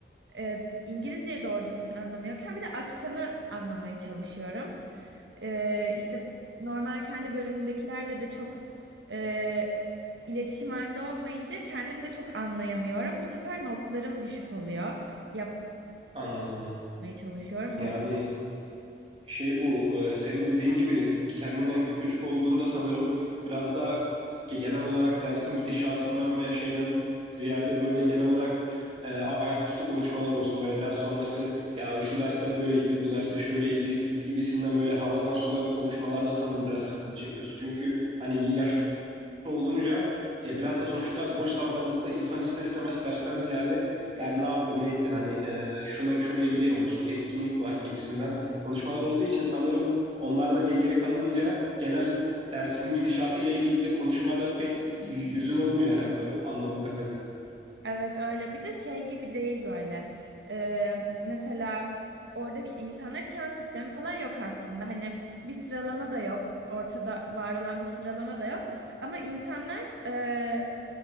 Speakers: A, on the right; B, on the right.
A: Ee, İngilizceyi doğru düzgün anlamıyorken bir de aksanı anlamaya çalışıyorum. Ee, işte normal kendi bölümümdekilerle de çok e, iletişim halinde olmayınca kendim de çok anlayamıyorum. Bu sefer notlarım düşük oluyor. Yap,
B: Anladım.
A: anlamaya çalışıyorum.
B: Yani
A: O
B: şey bu e, senin dediğin gibi kendinden küçük olduğumda sanırım biraz da genel olarak dersin gidişatından veya şeyden ziyade böyle genel olarak e, a- ayaküstü konuşmalar olsun böyle ders sonrası ya şu derste böyleydi bu derste şöyleydi gibisinden böyle havadan sudan konuşmalarda sanırım biraz sıkıntı çekiyorsun. Çünkü hani yaş olunca ya biraz da sonuçta boş zamanlarımızda insan ister istemez dersten ziyade yani ne yaptın ne ettin hani e, şuna şuraya gidiyor musun etkinlik var gibisinden konuşmalar olduğu için sanırım onlar da geri kalınca genel dersin gidişatıyla ilgili de konuşmada pek yüzün olmuyor herhalde anladığım kadarıyla.
A: Evet öyle bir de şey gibi değil böyle Ee, mesela oradaki insanlar çan sistemi falan yok aslında hani bir sıralama da yok ortada var olan bir sıralama da yok ama insanlar e,